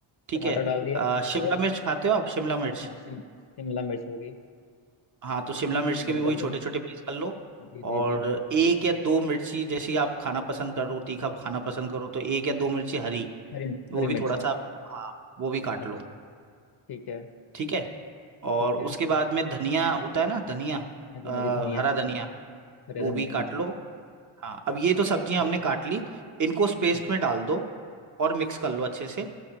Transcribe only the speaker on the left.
टमाटर
डाल दिया
और
हाँ शिम शिमला मिर्च होगी
शिमला
मिर्च
डाल
दूंगा
जी
जी जी
हरी मिर्च
हरी
मिर्च
अच्छा
ठीक है
ठीक है
हाँ जी
हाँ जी धनिया
हरे
धनिया
जी जी
अच्छा
हाँ जी
अच्छा